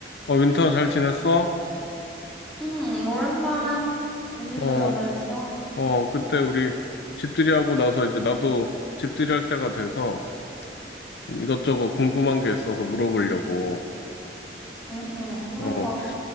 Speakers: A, on the left (about 65°); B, in the centre.
A: 어, 윈터 잘 지냈어?
B: 응, 오랜만. 웬일로
A: 어,
B: 전화했어?
A: 어, 그때 우리 집들이하고 나서 이제 나도 집들이 할 때가 돼서 좀 이것저것 궁금한 게 있어서 물어보려고.
B: 응, 응, 물어봐.
A: 어,